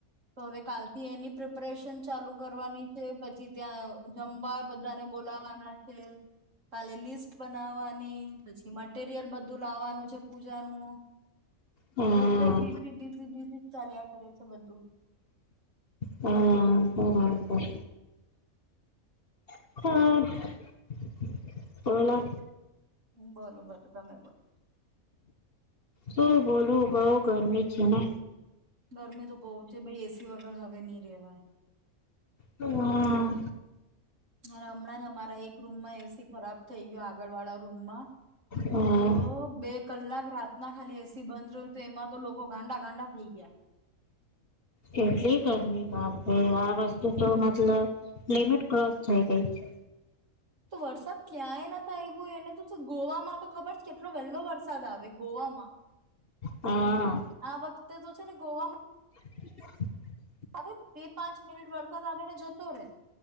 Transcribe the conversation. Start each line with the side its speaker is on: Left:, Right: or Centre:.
Right: તો હવે કાલથી એની પ્રિપરેેશન ચાલુ કરવાની છે. પછી ત્યાં જમવા બધાને બોલાવાના છે. કાલે લિસ્ટ બનાવવાની, પછી મટેરિયલ બધું લાવવાનું છે પૂજાનું.
Left: હા
Right: એટલે બીઝી બીઝી બીઝી જ ચાલ્યા કરે છે બધું.
Left: હહ બરાબર <inaudible> પેલા
Right: બોલો બોલો તમે બોલો
Left: શું બોલું બહુ ગરમી છે ને
Right: ગરમી તો બહુ છે ભઈ એસી વગર હવે ની રેવાય.
Left: હા
Right: અરે હમણાં જ અમારા એક રૂમમાં એસી ખરાબ થઈ ગયો આગળ વાળા રૂમમાં
Left: હા
Right: તો બે કલાક રાતના ખાલી એસી બંધ રહ્યું તો એમાં તો લોકો ગાંડા ગાંડા થઈ ગયા.
Left: કેટલી ગરમી બાપ રે! આ વસ્તુ તો મતલબ લિમિટ ક્રોસ થઈ ગઈ છે.
Right: તો વરસાદ ક્યાંય નથ આવ્યો એને તો તો ગોવામાં તો ખબર છે કેટલો વેલો વરસાદ આવે ગોવામાં.
Left: હા
Right: આ વખતે તો છે ને ગોવામાં
Left: <inaudible>
Right: હવે બે પાંચ મિનિટ વરસાદ આવે ને જતો રે